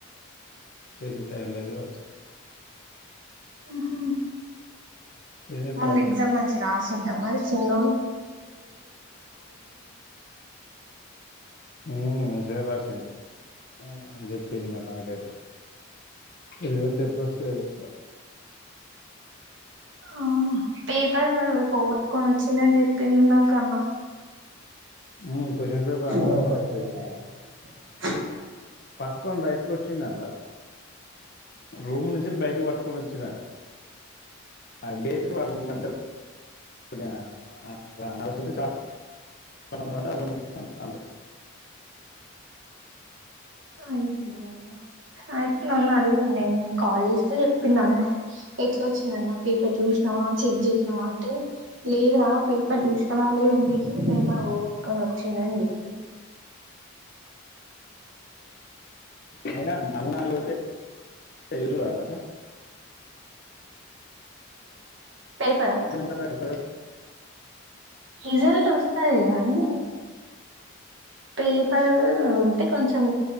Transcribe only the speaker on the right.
ఆహా
మొన్న ఎగ్జామ్ మంచి రాసిండా మరీ చిన్నోడు.
ఆ పేపర్ పోగొట్టుకొని వచ్చిందిని చెప్పింది నాకన్న
ఆవ్ ఒక
నిమిషం
టైం జేపొచ్చునే
అయ్యో అయితే అన్ అడిగింద్ ఎన్ కాల్ జేస్తే జేప్పిండ్ అన్న ఎట్లా వచ్చిందన్న పేపర్ జూషనవా చెక్ జేషనవా అంటే లేదురా పేపర్ దిష్కరలేద్ ఇంటికి పేపర్ పోగొట్టుకొని వచ్చిందన్ జెప్పింద్
పేపరా
రిజల్ట్ వసది గానీ పేపర్ ఉంటే కొంచెం